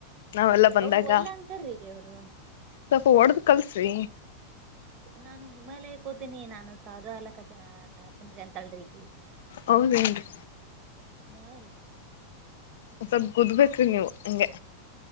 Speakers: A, on the left; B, on the right.
A: ನಾವೆಲ್ಲ ಬಂದಾಗ
B: ಅವ್ರು ವಲ್ಲ ಅಂತಾರ್ರೀ ಅವ್ರು
A: ಸ್ವಲ್ಪ ಓಡ್ದ ಕಲ್ಸ್ರಿ
B: ನಾನು ಹಿಮಾಲಯಕ್ಕೆ ಹೋತೀನಿ ನಾನು ಸಾಧು ಅಲಕ್ಕತನ್ಿ ಅಂತಲ್ಿ
A: ಹೌದೇನ್ರಿ
B: ನಾ ರೀ
A: ಒ ಸ್ವಲ್ಪ ಕೂುದ್ಬೇಕ್ರೀ ನೀವು ಹಂಗೆ